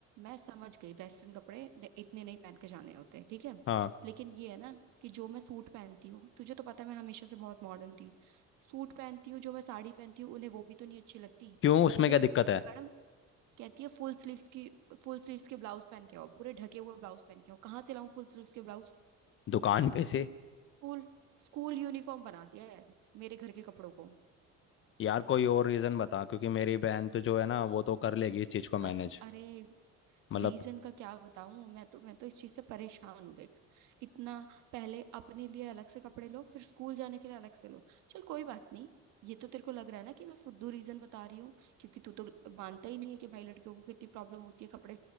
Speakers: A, on the right; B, on the left.
A: मैं समझ गई वेस्टर्न कपड़े न- इतने नहीं पहन के जाने होते ठीक है
B: हाँ
A: लेकिन ये है ना कि जो मैं सूट पहनती हूँ तुझे तो पता है मैं हमेशा से बहुत मॉडर्न थी सूट पहनती हूँ जो मैं साड़ी पहनती हूँ उन्हें वो भी तो नहीं अच्छी लगती
B: क्यों उसमें
A: कहते
B: क्या दिक्कत
A: मैडम
B: है
A: कहती है फुल स्लीव्स की फुल स्लीव्स के ब्लाउज पहन के आओ पूरे ढके हुए ब्लाउज पहन के आओ कहाँ से लाऊं फुल स्लीव्स के ब्लाउज
B: दुकान पे से
A: स्कूल स्कूल यूनिफॉर्म बना दिया है मेरे घर के कपड़ों को
B: यार कोई और रीज़न बता क्योंकि मेरी बहन तो जो है ना वो तो कर लेगी इस चीज़ को
A: अ-
B: मैनेज
A: अरे
B: मतलब
A: रीजन का क्या बताऊं मैं तो मैं तो इस चीज से परेशान हूँ देख इतना पहले अपने लिए अलग से कपड़े लो फिर स्कूल जाने के लिए अलग से लो चल कोई बात नहीं ये तो तेरे को लग रहा है ना कि मैं फुद्दू रीजन बता रही हूँ क्योंकि तू तो मानता ही नहीं है कि भाई लड़कियों को कितनी प्रॉब्लम होती है कपड़े